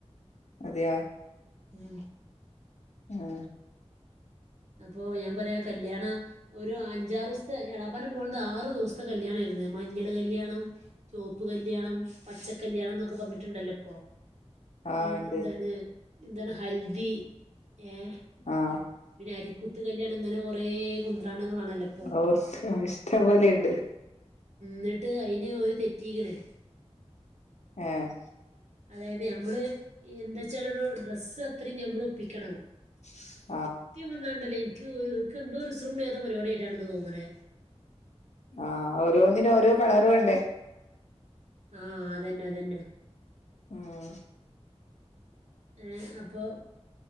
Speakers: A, on the left; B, on the right.
A: അതെയോ
B: ഉം
A: ഉം
B: അപ്പൊ ഞാൻ പറയാ കല്യാണ ഒരു അഞ്ചാറുസ്ത്തെ എളാപ്പാൻ്റെ മോൾത് ആറ് ദിവസത്തെ കല്യാണേര്ന്ന് മഞ്ഞള് കല്യാണം ചോപ്പ് കല്യാണം പച്ച കല്യാണം ന്നൊക്കെ പർഞ്ട്ട്ണ്ടല്ലോ പ്പൊ
A: ആ
B: ഉം
A: ഇണ്ട്
B: എന്താണ് എന്താണ് ഹൽദി ഏ
A: ആഹ്
B: പിന്നെ അരിക്കുത്ത് കല്യാണം ങ്ങനെ കൊറെ കുന്ത്രാണ്ടങ്ങളാണല്ലോപ്
A: ഓ ഷ്‌ ഇഷ്ടംപൊലെണ്ട്
B: ന്ന്ട്ട് അയ്ന് ഓല് തെറ്റിക്ക്‌ണ്
A: ഏഹ്
B: അതായത് ഞമ്മള് എന്താച്ചാലൊരു ഡ്രസ്സ് അത്രി ഞമ്മള് ഒപ്പിക്കണം
A: <inaudible>
B: സത്യം പർഞാ ണ്ടല്ലേ ഇൻക്ക് ഇൻക്കെന്തോ ഉസ്രും പുളില്ലാത്ത പരിപാടിയായിട്ടാണ് ഇത് തോന്ന്ണത്
A: ആഹ് ഓരോന്നിനോരോ കളറ് വേണ്ടേ
B: ആഹ് അതെന്നതെന്നെ
A: ആഹ്
B: ഉം അപ്പോ